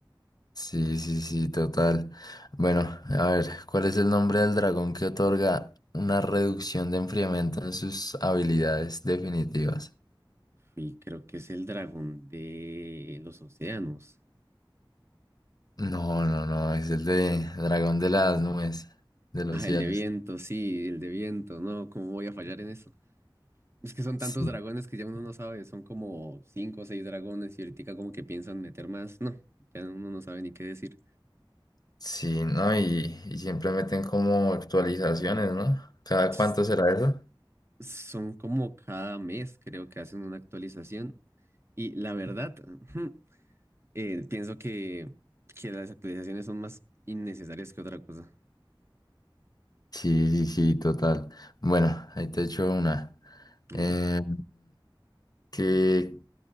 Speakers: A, on the left (about 50°); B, on the right (about 30°).
A: Sí, sí, sí, total. Bueno, a ver, ¿cuál es el nombre del dragón que otorga una reducción de enfriamiento en sus habilidades definitivas?
B: Y creo que es el dragón de los océanos.
A: No, no, no, es el de dragón de las nubes, de los
B: Ah,
A: cielos.
B: el de viento, sí, el de viento, no, ¿cómo voy a fallar en eso? Es que son
A: Sí,
B: tantos dragones que ya uno no sabe, son como cinco o seis dragones y ahorita como que piensan meter más. No, ya uno no sabe ni qué decir.
A: sí, ¿no? Y, y siempre meten como actualizaciones, ¿no? ¿Cada
B: Ps-
A: cuánto será eso?
B: Son como cada mes, creo que hacen una actualización. Y la verdad, <laughs> eh, pienso que, que las actualizaciones son más innecesarias que otra cosa.
A: Sí, sí, sí, total. Bueno, ahí te echo una.
B: A
A: Eh,
B: ver.
A: ¿Qué,